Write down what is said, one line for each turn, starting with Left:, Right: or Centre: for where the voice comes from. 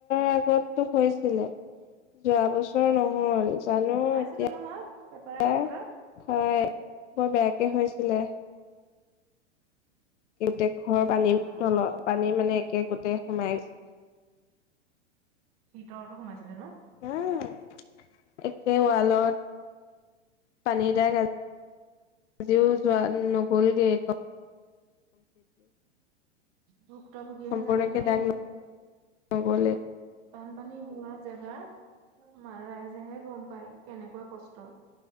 Left: আগতটো হৈছ ছিলে। যোৱাবছ নহল, জানো
Right: পাইছিলো
Left: এতিয়া
Right: নহয় পেপাৰে পত্ৰই
Left: <inaudible> হয় বৰ বেয়া তে হৈছিলে। <unintelligible>
Right: ইছ ৰাম
Left: পানী মানে একে গোতে সোমাইছি
Right: ভিতৰতো সোমাইছিলে ন।
Left: <unintelligible> একেৱালত পানী দাগ আজ-আজিও যোৱা নগ'ল গেই ক
Right: ভুক্ত ভূগিয়েহে
Left: সম্পূৰ্ণকে
Right: জানে দেই।
Left: দাগ নগ'লে
Right: বানপানী হোৱা জেগাৰ ৰাইজেহে গম পায়। কেনেকুৱা কষ্ট,